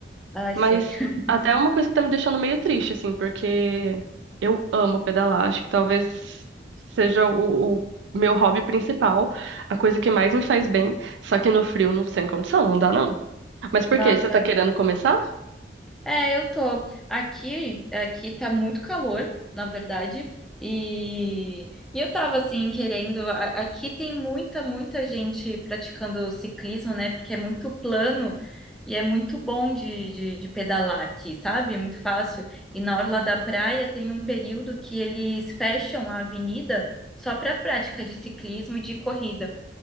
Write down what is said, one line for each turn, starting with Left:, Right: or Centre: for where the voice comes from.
Centre: ai,
Right: Mas
Centre: sei. <laughs>
Right: até é uma coisa que tá me deixando meio triste, assim, porque eu amo pedalar, acho que talvez seja o, o meu hobby principal, a coisa que mais me faz bem, só que no frio não sem condição, não dá não. Mas por
Centre: Nossa,
Right: quê? Você tá querendo começar?
Centre: É, eu tô. Aqui, aqui tá muito calor, na verdade. E, e eu tava assim querendo. a- Aqui tem muita, muita gente praticando ciclismo, né? Porque é muito plano e é muito bom de, de, de pedalar aqui, sabe? É muito fácil. E na orla da praia tem um período que eles fecham a avenida só para prática de ciclismo e de corrida.